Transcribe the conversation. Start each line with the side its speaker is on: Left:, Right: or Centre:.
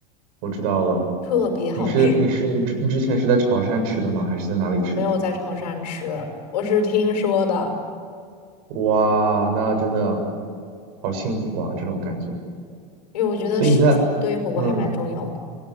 Right: 我知道了。
Left: 特别好吃。
Right: 你是你是你之你之前是在潮汕吃的吗？还是在哪里吃的？
Left: 没有在潮汕吃，我是听说的。
Right: 哇，那真的好幸福啊，这种感觉。
Left: 因为我觉得食材对于火锅还蛮重要的。
Right: 所以你在，嗯，